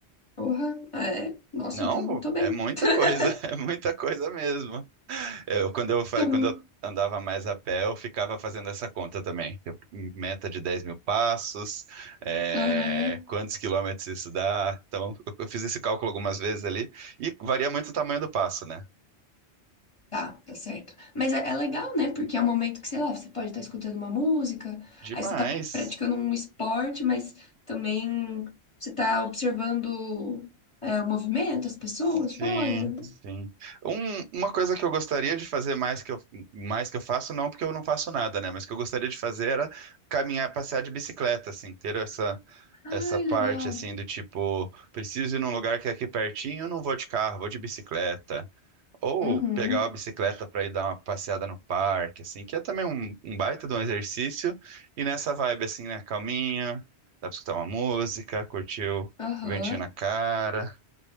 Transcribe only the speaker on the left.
Porra, é. Nossa,
então tô bem.
<laughs>
Então,
aham,
tá, tá certo. Mas é, é legal, né? Porque é um momento que, sei lá, você pode estar escutando uma música,
aí você tá praticando um esporte, mas também você tá observando é, o movimento, as pessoas
fora.
Ai,
legal.
Uhum,
aham.